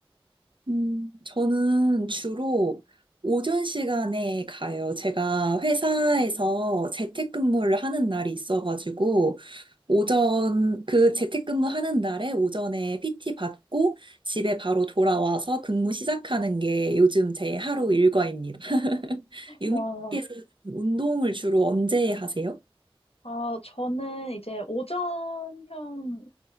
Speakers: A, on the right (about 55°); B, on the left (about 85°).
A: 음, 저는 주로 오전 시간에 가요. 제가 회사에서 재택근무를 하는 날이 있어가지고, 오전, 그 재택근무 하는 날에 오전에 PT 받고 집에 바로 돌아와서 근무 시작하는 게 요즘 제 하루 일과입니다. <laughs> 유미씨에서
B: 와,
A: 운동을 주로 언제 하세요?
B: 아, 저는 이제 오전형